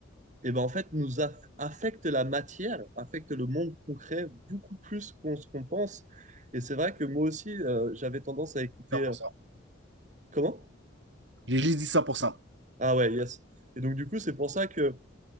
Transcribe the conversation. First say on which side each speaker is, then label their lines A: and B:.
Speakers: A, on the right; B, on the right.
A: et ben en fait nous aff- affecte la matière, affecte le monde concret beaucoup plus qu'on ce qu'on pense. Et c'est vrai que moi aussi, euh, j'avais tendance à écouter.
B: cent pour
A: euh,
B: cent
A: comment?
B: J'ai juste dit cent pour cent
A: Ah ouais, yes. Et donc du coup, c'est pour ça que